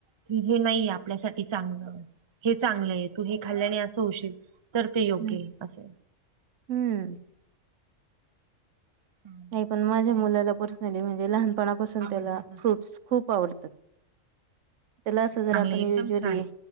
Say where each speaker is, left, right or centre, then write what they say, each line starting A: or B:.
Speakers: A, on the right; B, on the right.
A: की ही नाहीये आपल्यासाठी चांगलं. हे चांगलं आहे. तू हे खाल्ल्याने असं होशील. तर ते योग्य
B: हम्म
A: अस.
B: हम्म.
A: हम्म
B: नाही पण
A: ठीक
B: माझ्या
A: आहे
B: मुलाला
A: ताई
B: पर्सनली म्हणजे लहानपणापासून
A: आवडतातच
B: त्याला फ्रूट्स खूप आवडतात. त्याला असं जर
A: चांगले
B: आपण
A: एकदम
B: यूज्वली
A: छान आहे